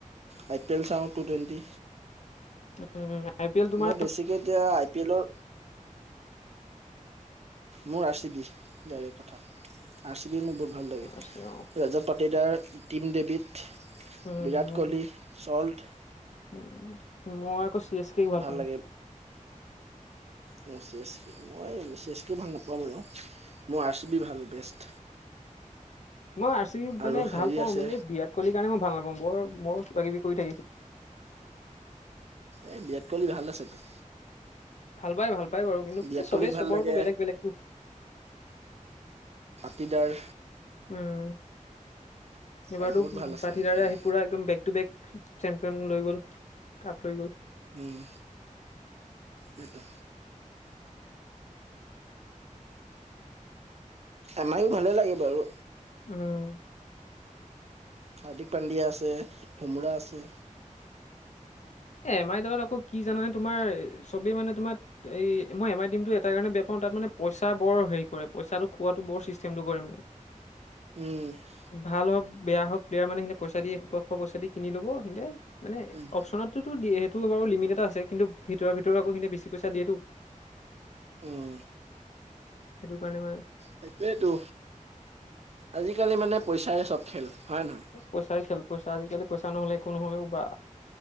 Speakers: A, on the right; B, on the left.
A: আই পি এল চাওঁ, T twenty
B: um, I P L তোমাৰ
A: মই বেছিকে এতিয়া আই পি এলৰ- মোৰ আৰ চি বি ডাইৰেক্ট কথা আৰ চি বি মোক ব- ভাল লাগে।
B: আছে অ,
A: ৰজত পাটিদাৰ, টিম দেৱীত
B: উম,
A: বিৰাট কোহলি, চল্ট,
B: উম, মই আকৌ- এছ কেক
A: ভাল
B: পাওঁ।
A: লাগে। উম চি এছ কে মই চি এছ কে ভাল নাপাওঁ বাৰু, মই আৰ চি বি ভাল বেষ্ট।
B: মই আৰ চি বি মানে
A: আৰু
B: ভাল
A: হেৰি
B: পাওঁ,
A: আছে
B: মানে বিৰাট কোহলীৰ কাৰণে মই ভাল নাপাওঁ, বৰ বৰ কিবা কিবি কৰি থাকে সি
A: এই বিৰাত কোহলী ভাল আছেতো।
B: ভাল পায়, ভাল পায় বাৰু কিন্তু কি
A: বিৰাট
B: চবেই
A: কোহলিক ভাল
B: চবৰটো
A: লাগে
B: বেলেগ-বেলেগটো।
A: টিদাৰ
B: উম, এইবাৰতো
A: এই বহুত ভাল আছে
B: পাঠিদাৰে
A: এতিয়া
B: আহি পুৰা একদম বেগ টু বেগ- চেম্পিয়ন লৈ গ'ল, কাপ লৈ গ'ল।
A: উম, এইটো। আমাৰো ভালে লাগে বাৰু
B: উম।
A: হাৰ্দিক পাণ্ডিয়া আছে, ভোমৰাহ আছে।
B: এ, এম আইৰ দলত আকৌ কি জানানে তোমাৰ চবেই মানে তোমাৰ এই মই, এম আই টীমটো এটাৰ কাৰণে বেয়া পাওঁ- তাত মানে পইচা বৰ হেৰি কৰে, পইচাটো খোৱাটো বৰ চিষ্টেমটো কৰে মানে।
A: উম
B: ভাল হওক বেয়া হওক প্লেয়াৰ মানে সিঁহতে পইচা দি এখোপা-এখোপা পইচা দি কিনি ল'ব, সিঁহতে মানে
A: উম
B: অপচনত- তুটো দিয়ে, সেইটো বাৰু লিমিট এটা আছে। কিন্তু ভিতৰে ভিতৰে আকৌ সিঁহতে বেছি পইচা দিয়েটো।
A: উম
B: সেইটো কাৰণে মানে-
A: সেইটোৱেতো, আজিকালি মানে পইচাৰে চব খেল। হয় নহয়
B: চব পইচাৰে খেল, পইচা আজিকালি পইচা নহ'লে একো নহয় অ' বা।